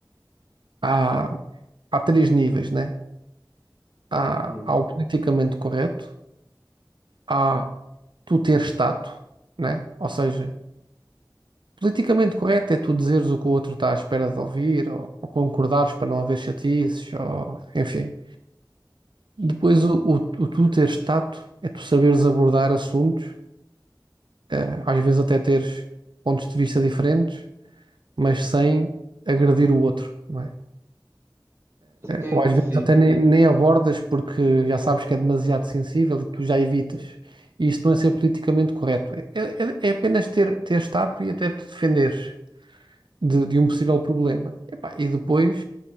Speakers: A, on the right (about 80°); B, on the right (about 30°).
A: há, há três níveis, né? Há,
B: Uhum.
A: há o politicamente correto, há tu ter status, né? Ou seja, Politicamente correto é tu dizeres o que o outro está à espera de ouvir, ou, ou concordares para não haver chatices, ou, enfim. Depois, o, o, o tu teres tato é tu saberes abordar assuntos, né? Às vezes até teres pontos de vista diferentes, mas sem agredir o outro, não é?
B: Sim,
A: Ou às
B: sim,
A: vezes até nem, nem abordas porque já sabes que é demasiado sensível e tu já evitas. E isto não é ser politicamente correto. É, é- é é apenas ter, teres tato e até te defenderes de, de um possível problema. Epá, e depois.